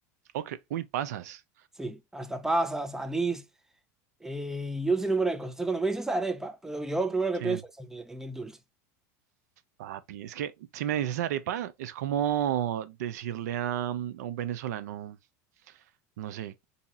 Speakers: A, on the right (about 85°); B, in the centre.
A: Ok, uy, pasas.
B: Sí, hasta pasas, anís eh, y un sinnúmero de cosas. Entonces, cuando me dices arepa, pero yo primero que
A: Sí,
B: pienso es en el, en el dulce.
A: papi, es que si me dices arepa, es como decirle a, mm, a un venezolano, no sé,